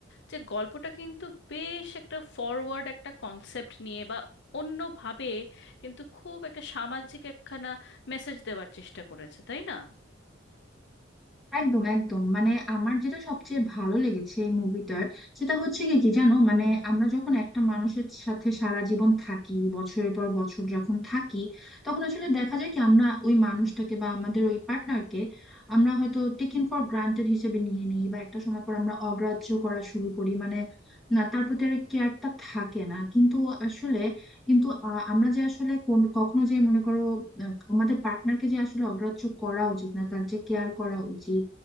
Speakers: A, on the left (about 60°); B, in the centre.
A: যে গল্পটা কিন্তু বেশ একটা ফরওয়ার্ড একটা কনসেপ্ট নিয়ে বা অন্যভাবে কিন্তু খুব একটা সামাজিক একখানা মেসেজ দেওয়ার চেষ্টা করেছে তাই না
B: একদম একদম মানে আমার যেটা সবচেয়ে ভালো লেগেছে এই মুভিটার সেটা হচ্ছে কি কি জানো মানে আমরা যখন একটা মানুষের সাথে সারা জীবন থাকি বছরের পর বছর যখন থাকি তখন আসলে দেখা যায় কি আমরা ওই মানুষটাকে বা আমাদের ওই পার্টনারকে আমরা হয়তো টেকেন ফর গ্রান্টেড হিসেবে নিয়ে নিই বা একটা সময় পর আমরা অগ্রাহ্য করা শুরু করি মানে না তার প্রতি আর কেয়ারটা থাকে না কিন্তু আসলে কিন্তু আ- আমরা যে আসলে কোন কখনো যে মনে করো আহ, আমাদের পার্টনারকে যে আসলে অগ্রাহ্য করা উচিত না তার যে কেয়ার করা উচিত